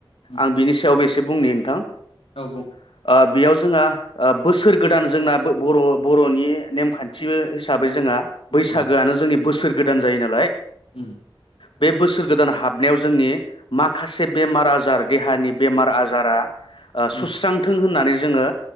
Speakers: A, on the left (about 85°); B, on the left (about 65°).
A: उम
B: आं बिनि सायावबो एसे बुंनि नोंथां
A: औ बुं
B: ओ बेयाव जोंहा ओ बोसोर गोदान जोंना बो-बर'-बर'नि नेमखान्थिबो हिसाबै जोंहा बैसागोआनो
A: उम
B: जोंनि बोसोर गोदान जायो नालाय
A: उम
B: बे बोसोर गोदान हाबनायाव जोंनि माखासे बेमार आजार देहानि बेमार आजारा ओ
A: उम
B: सुस्रांथों होननानै जोङो